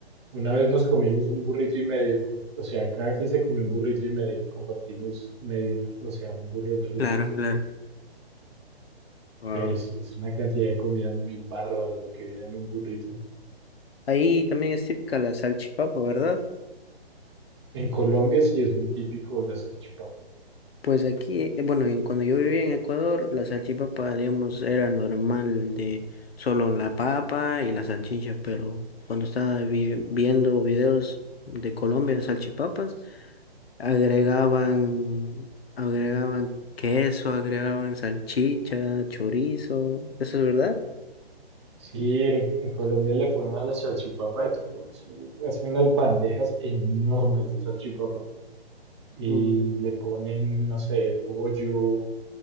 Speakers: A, on the right; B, on the left.
A: Una vez nos comimos un burrito y medio, o sea, cada quien se comió un burrito y medio, compartimos medio, entre- o sea, un burro entre los
B: claro,
A: dos.
B: claro. Wow.
A: Pero sí, es una cantidad de comida muy bárbara lo que viene en un burrito.
B: Ahí también es típica la salchipapa, ¿verdad?
A: En Colombia sí es muy típico la salchipapa.
B: Pues aquí, eh, bueno, en- cuando yo vivía en Ecuador, la salchipapa, digamos, era normal de solo la papa y la salchicha, pero cuando estaba vi- viendo videos de Colombia de salchipapas, agregaban, agregaban queso, agregaban salchicha, chorizo, ¿eso es verdad?
A: Sí, en, en Colombia le ponen a la salchipapa de todo. Hacen unas bandejas enormes de salchipapa y
B: Mm,
A: le ponen, no sé, pollo,